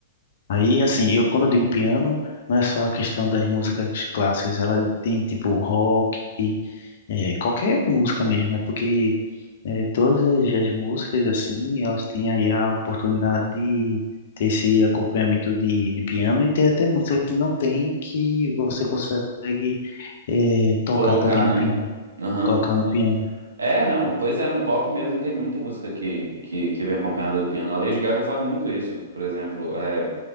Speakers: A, on the left; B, on the right.
A: Aí, assim, eu quando eu digo piano, não é só a questão das músicas clássicas, ela tem tipo rock, é, qualquer música mesmo, né? Porque é, todas as músicas, assim, elas têm aí a oportunidade de ter esse acompanhamento de, de piano e tem até música que não tem, que você consegue é, tocar
B: Colocar,
A: também no
B: né?
A: piano,
B: Aham.
A: colocar no piano.
B: É, não, pois é, no pop mesmo tem muita música que, que, que vem acompanhada do piano. A Lady Gaga faz muito isso, por exemplo. é,